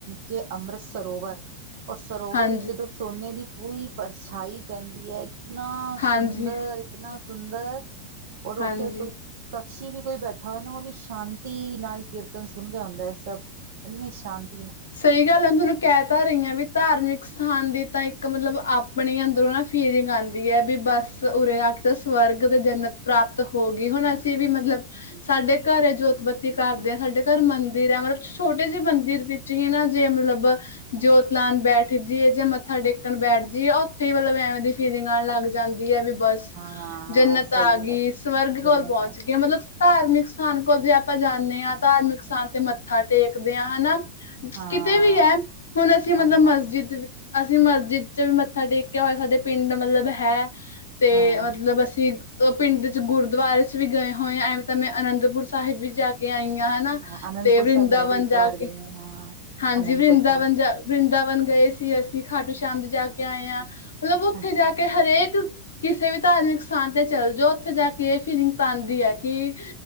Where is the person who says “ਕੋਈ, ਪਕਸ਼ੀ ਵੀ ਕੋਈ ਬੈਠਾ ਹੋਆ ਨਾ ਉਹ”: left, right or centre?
Right